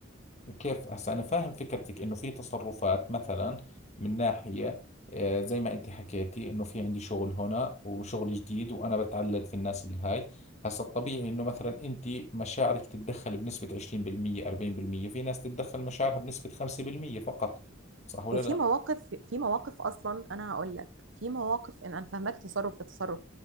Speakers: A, on the left (about 35°); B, on the right (about 70°).
A: كيف هسا أنا فاهم فكرتك إنه في تصرفات مثلا من ناحية آه، زي ما أنت حكيتي إنه في عندي شغل هنا وشغل جديد وأنا بتعلق في الناس اللي هاي هسا الطبيعي إنه مثلا أنت مشاعرك تتدخل بنسبة 20% 40% في ناس تتدخل مشاعرها بنسبة 5% فقط صح ولا
B: وفي
A: لا؟
B: مواقف في مواقف اصلا انا هقول لك في مواقف ان انا فاهمك تصرف لتصرف